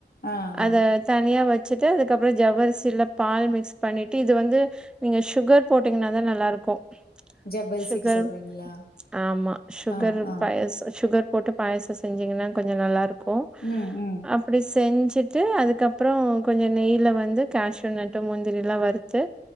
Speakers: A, on the left; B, in the centre.
A: ஆ ஆ
B: அத தனியா வச் வச்சுட்டு அதுக்கப்புறோ ஜவ்வரிசில பால் மிக்ஸ் பண்ணிட்டு இது வந்து நீங்க சுகர் போட்டீங்கன்னாதா நல்லாருக்கும்
A: ஜவ்வரிசிக்கு
B: சுகர்
A: சொல்றீங்களா
B: ஆமா சுகர்
A: ஆ ஆ
B: பாயச சுகர் போட்டு பாயசோ செஞ்சீங்கன்னா கொஞ்ச நல்லா இருக் கும்
A: ம் ம்
B: அப்டி செஞ்சு ட்டு அதுக்கப்புறம் கொஞ்சம் நெய்ல வந்து கேஷுனட் ட்ட முந்திரிலாம் வருத்து